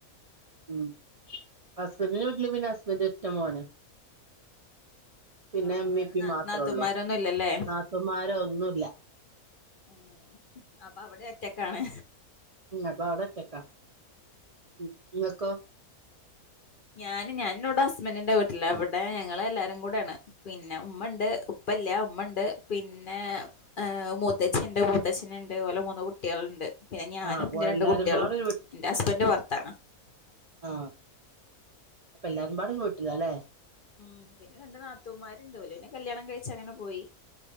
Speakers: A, on the right; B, on the left.
A: ഉം ഹസ്ബൻ്റിന് വീട്ടില് പിന്നെ ഹസ്ബൻൻ്റ് ഒറ്റ മോനാ പിന്നെ
B: ആഹ്
A: അമ്മി
B: വേറെ
A: പ്പി
B: നാ
A: മാത്രേ
B: നാത്തൂന്മാരൊന്നും
A: ഒള്ളൂ
B: ഇല്ലല്ലേ
A: നാത്തൂൻമാര് ഒന്നു ഇല്ല
B: ഏ അപ്പൊ അവിടെ ഒറ്റക്കാണ്
A: ഉം അപ്പ അവിട ഒറ്റക്കാ. ഉം നിങ്ങക്കോ
B: ഞാന് ഞാനിവ്ട ഹസ്ബൻ്റിന്റെ വീട്ടിലാ. ഇവ്ടെ ഞങ്ങള് എല്ലാരും കൂടെയാണ് പിന്നെ ഉമ്മ ഒണ്ട് ഉപ്പ് ഉപ്പ ഇല്ലാ ഉമ്മ ഒണ്ട് പിന്നെ ആഹ് മൂത്തച്ചി ഒണ്ട് മൂത്തശ്ശനുണ്ട് അത്പോല മൂന്ന് കുട്ടികൾ ഇണ്ട് പിന്നെ ഞാനും
A: ആഹ് അപ്പൊ
B: ന്റെ രണ്ട്
A: എല്ലാരും
B: കുട്ട്യാളും
A: പാടെ
B: ൻ്റെ ഹസ്ബൻൻ്റ് പൊറത്താണ്
A: ആ അപ്പ എല്ലാരും പാടും വീട്ടിലാല്ലെ
B: ഉം പിന്നെ രണ്ട് നാത്തൂമാരുണ്ടോല്. പിന്നെ കല്യാണം കഴിച്ചങ്ങന പോയി